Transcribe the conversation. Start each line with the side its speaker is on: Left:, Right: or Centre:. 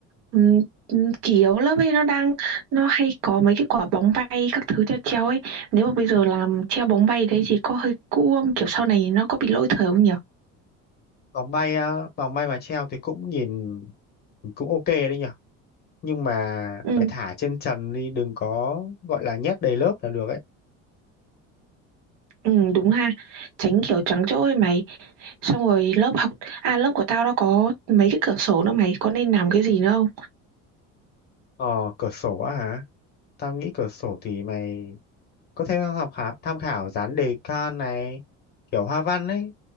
Right: ừm, ừm, kỷ yếu lớp ấy nó đang, nó hay có mấy cái quả bóng bay các thứ treo treo ấy. Nếu mà bây giờ làm treo bóng bay đấy thì có hơi cũ không? Kiểu sau này nó có bị lỗi thời không nhỉ?
Left: vòng bay á vòng bay mà treo thì cũng nhìn cũng ok đấy nhở nhưng mà
Right: Ừ,
Left: mày thả trên trần đi đừng có gọi là nhét đầy lớp là được ấy
Right: ừ, đúng ha. Tránh kiểu trắng chỗ ấy mày. Xong rồi lớp học, à lớp của tao nó có mấy cái cửa sổ nữa mày. Có nên làm cái gì nữa không?
Left: Ờ, cửa sổ á hả? Tao nghĩ cửa sổ thì mày có thể tham khảo, tham khảo dán đề can này, kiểu hoa văn ấy,